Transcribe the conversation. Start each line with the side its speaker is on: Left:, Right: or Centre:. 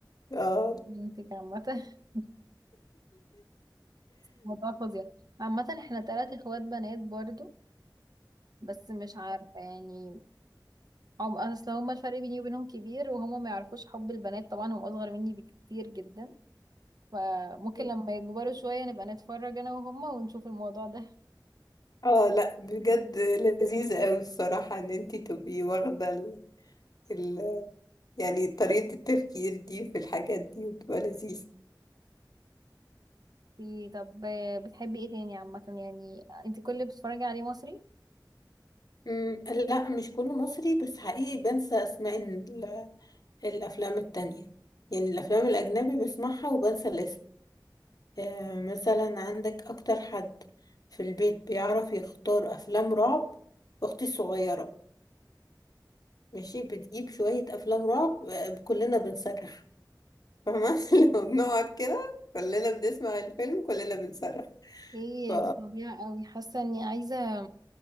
Left: اه
Right: بنتك عامة <laughs> موضوع فظيع عامة احنا تلات اخوات بنات برضو بس مش عارفة يعني هم اصل هما الفرق بيني وبينهم كبير وهما ما يعرفوش حب البنات طبعا هم اصغر مني بكتير جدا فممكن
Left: <laughs>
Right: لما يكبروا شوية نبقى نتفرج انا وهما ونشوف الموضوع ده
Left: اه لا بجد لذيذة قوي الصراحة ان انتي تبقي واخدة ال... ال... يعني طريقة التفكير دي في الحاجات دي وتبقى لذيذة
Right: إيه طب آه، بتحبي ايه تاني عامة يعني انت كل اللي بتتفرجي عليه مصري
Left: مم، لا مش كله مصري بس حقيقي بنسى اسماء ال- الافلام التانية يعني الافلام الاجنبي بسمعها وبنسى الاسم آه مثلا عندك اكتر حد في البيت بيعرف يختار افلام رعب اختي الصغيرة ماشي بتجيب شوية افلام رعب آه، كلنا بنصرخ فاهمة <laughs> لو بنقعد كده كلنا بنسمع الفيلم كلنا بنصرخ
Right: ايه
Left: ف
Right: دي فظيعة قوي حاسة اني عايزة